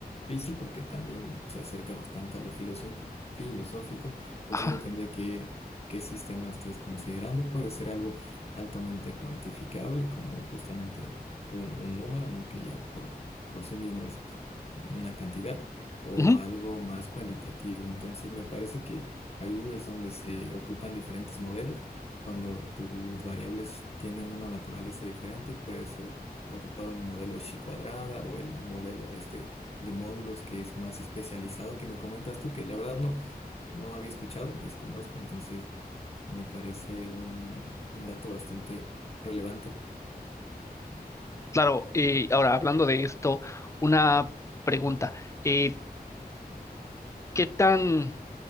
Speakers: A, on the left; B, on the left.
A: físico, que también se acerca bastante a lo filosófico, filosófico, pues
B: Ajá.
A: sí depende de qué, qué sistema estés considerando. Puede ser algo altamente cuantificable, como justamente un, un número, ¿no? Que ya por, por sí mismo es una cantidad, o
B: Ujú.
A: algo más cualitativo. Entonces me parece que ahí es donde se ocupan diferentes modelos cuando sus variables tienen una naturaleza diferente y puedes o- ocupar un modelo chi cuadrada o el modelo este de módulos que es más especializado que me comentas tú, que la verdad no, no había escuchado, desconozco, entonces me parece un, un dato bastante relevante.
B: Claro, eh, ahora hablando de esto, una pregunta. Eh, ¿qué tan